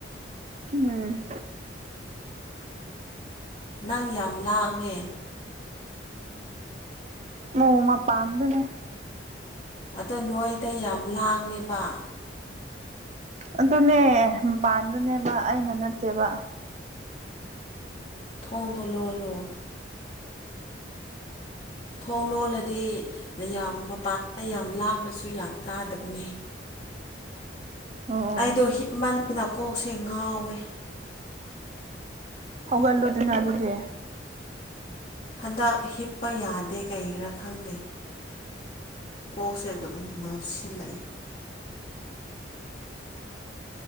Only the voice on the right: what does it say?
ꯎꯝ
ꯃꯣꯡꯃ ꯄꯥꯝꯗꯅꯦ
ꯑꯗꯨꯅꯦ ꯃꯄꯥꯟꯗꯨꯅꯦꯕ ꯑꯩꯅ ꯅꯠꯇꯦꯕ
ꯑꯣ
ꯍꯧꯒꯜꯂꯣ ꯑꯗꯨꯅ ꯑꯗꯨꯗꯤ